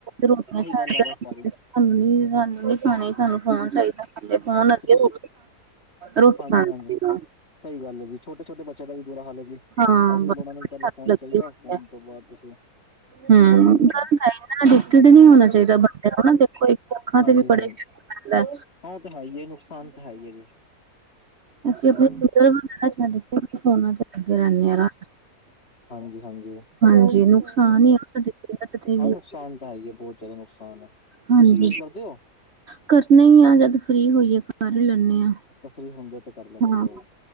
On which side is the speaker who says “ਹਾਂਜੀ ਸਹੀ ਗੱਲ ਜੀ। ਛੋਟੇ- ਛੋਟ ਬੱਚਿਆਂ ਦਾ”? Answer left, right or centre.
Left